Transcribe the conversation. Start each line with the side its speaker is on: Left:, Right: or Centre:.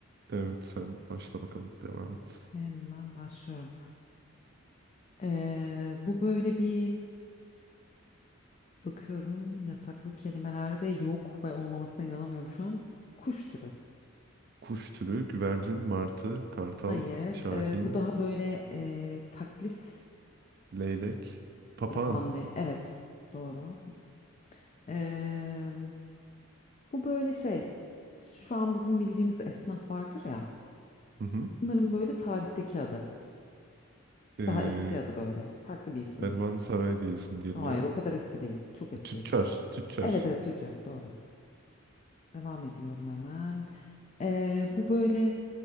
Right: Evet sen başla bakalım devam et.
Left: Hemen başlıyorum. Ee, bu böyle bir bakıyorum yasaklı kelimelerde yok ve olmamasına inanamıyorum şu an. Kuş türü.
Right: Kuş türü güvercin, martı, kartal,
Left: Hayır,
Right: şahin,
Left: ee, bu daha böyle ee, taklit
Right: leylek, papağan.
Left: yapan bir. Evet, doğru. Ee, bu böyle şey. Şu an bizim bildiğimiz esnaf vardır ya.
Right: Hı hı.
Left: Bunların böyle tarihteki adı.
Right: Ee,
Left: Daha eski adı böyle. Farklı bir ismi.
Right: Kervansaray diye isim geliyor.
Left: Hayır, o kadar eski değil. Çok eskiye
Right: Tüccar,
Left: gitti.
Right: tüccar.
Left: Evet evet tüccar doğru. Devam ediyorum hemen. Ee, bu böyle.